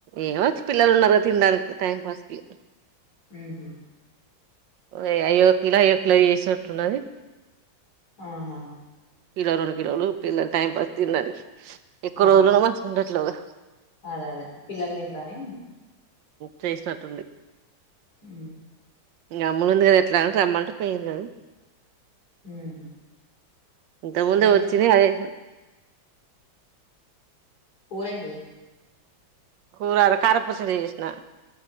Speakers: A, on the right (about 70°); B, on the left (about 50°).
A: ఏమో పిల్లలు ఉన్నారు గద తిన్ డానికి టైం పాస్కి
B: ఊహు
A: ఏ అయొ కిలో అయొ కిలో చేసినట్టున్నది
B: ఆహా
A: పిల రెండు కిలోళు పిల్లలు టైం పాస్ తిండానికి <unintelligible>
B: ఆ అదే అదే పిల్లలు తింటరని
A: చేసినట్టుంది
B: ఊ
A: ఇంక అమ్ములు ఉంది గదా ఎట్లా రమ్మంటె పొయింది గదు
B: ఉహు
A: ఇంతకు ముందె
B: ఏం
A: వచ్చింది <unintelligible>
B: కూరేంది
A: కూర కారం పచ్చడి జేసినా